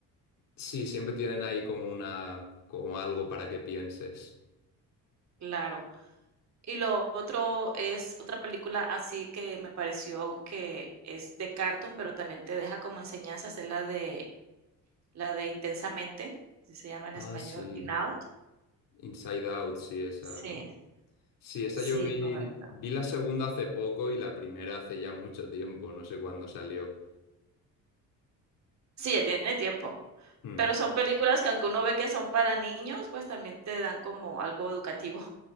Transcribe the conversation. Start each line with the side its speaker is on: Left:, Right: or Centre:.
Left: Sí, siempre tienen ahí como una, como algo para que pienses.
Right: Claro. Y lo otro es otra película así que me pareció que es de cartoon, pero también te deja como enseñanzas, es la de la de Intensamente, así se llama en
Left: Ah,
Right: español,
Left: sí.
Right: In Out.
Left: Inside Out, sí, esa,
Right: Sí,
Left: ¿no? Sí, esa
Right: sí,
Left: yo vi,
Right: correcto.
Left: vi la segunda hace poco y la primera hace ya mucho tiempo, no sé cuándo salió.
Right: Sí, ya tiene tiempo,
Left: Mm.
Right: pero son películas que aunque uno ve que son para niños, pues también te dan como algo educativo.